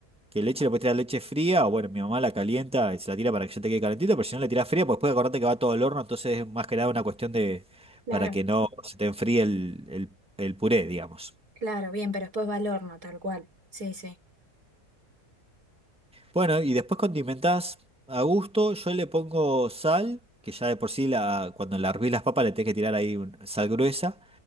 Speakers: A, in the centre; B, on the right.
A: que leche le puedes tirar leche fría, o bueno, mi mamá la calienta y se la tira para que ya te quede calentito, pero si no le tirás fría, pues después acordate que va todo al horno, entonces es más que nada una cuestión de
B: Claro,
A: para que no se te enfríe el, el, el puré, digamos.
B: claro, bien, pero después va al horno, tal cual. Sí, sí.
A: Bueno, y después condimentás a gusto, yo le pongo sal, que ya de por sí la, cuando la hervís las papas le tenés que tirar ahí un- sal gruesa.